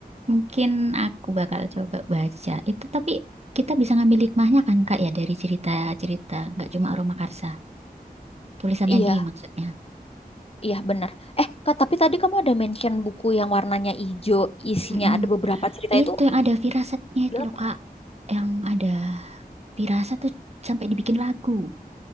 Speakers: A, on the right (about 40°); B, on the left (about 40°).
A: Mungkin aku bakal coba baca itu, tapi kita bisa ngambil hikmahnya kan Kak ya dari cerita-cerita, nggak cuma Aroma Karsa, tulisannya
B: Iya.
A: di maksudnya.
B: Iya benar. Eh, Kak, tapi tadi kamu ada mention buku yang warnanya hijau, isinya
A: Mm-mm.
B: ada beberapa cerita
A: Itu
B: itu.
A: yang ada firasatnya itu
B: Berapa?
A: loh Kak, yang ada firasat tuh sampai dibikin lagu.